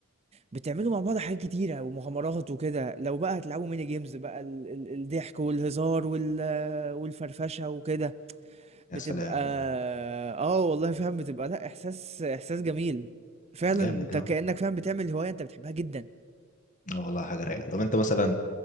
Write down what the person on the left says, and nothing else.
يا
سلام
جامد
جامد
اه والله حاجه رايقه طب انت مثلا